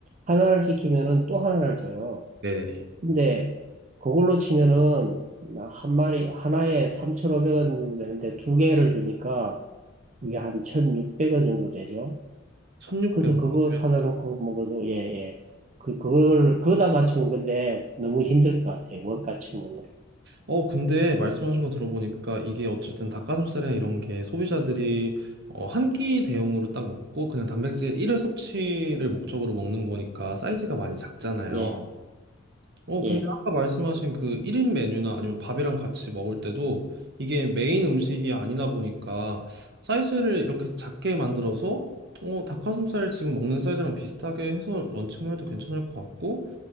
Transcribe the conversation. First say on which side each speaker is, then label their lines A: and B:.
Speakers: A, on the right; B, on the right.
A: 하나를 시키면은 또 하나를 줘요.
B: 네네네.
A: 근데 그걸로 치면은 나한 마리 하나에 3,500원 정도 되는데 두 개를 주니까 이게 한 1,600원 정도 되죠.
B: 1,600원
A: 그래서 그거
B: 정도요?
A: 사다 놓고 먹어도 예예. 그 그걸 그다 맞추면 근데 너무 힘들 것 같아요. 원가 치고는.
B: 어, 근데 말씀하신 거 들어보니까 이게 어쨌든 닭가슴살이나 이런 게 소비자들이 어, 한 끼 대용으로 딱 먹고 그냥 단백질 1회 섭취를 목적으로 먹는 거니까 사이즈가 많이 작잖아요.
A: 예.
B: 어,
A: 예.
B: 근데 아까 말씀하신 그 1인 메뉴나 아니면 밥이랑 같이 먹을 때도 이게 메인 음식이 아니다 보니까 사이즈를 이렇게 작게 만들어서 어, 닭가슴살 지금 먹는 사이즈랑 비슷하게 해서 런칭을 해도 괜찮을 것 같고